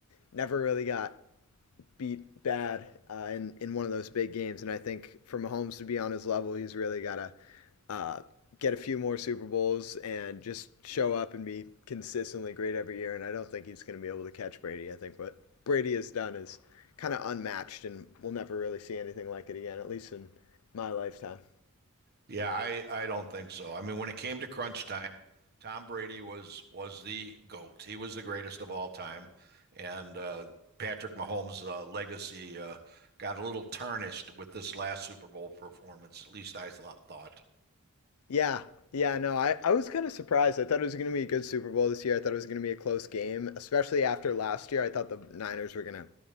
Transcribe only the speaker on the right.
Yeah, I I don't think so. I mean, when it came to crunch time, Tom Brady was was the goat. He was the greatest of all time, and uh, Patrick Mahomes' uh, legacy uh, got a little tarnished with this last Super Bowl performance. At least I thought. thought.